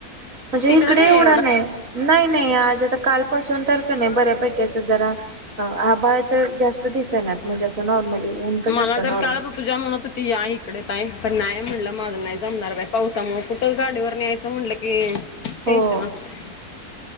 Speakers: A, on the right (about 55°); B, on the left (about 70°).
A: म्हणजे
B: तिकडं
A: इकडे
B: नाहीये
A: एवढा नाही. नाही- नाही. आज आता, कालपासून तर कनाही बऱ्यापैकीच असा जरा हा, आबाळ तर जास्त दिसेना. म्हणजे असं नॉर्मली ऊन कसं
B: मला
A: असतं
B: तर
A: नॉर्मल
B: काल पूजा म्हणत होती, या इकडे ताई. पण नाही म्हणलं. माझं नाही जमणार बाय, पावसामुळ कुठं गाडीवर न्यायच च म्हणलं की,
A: हो.
B: टेन्शन असतय.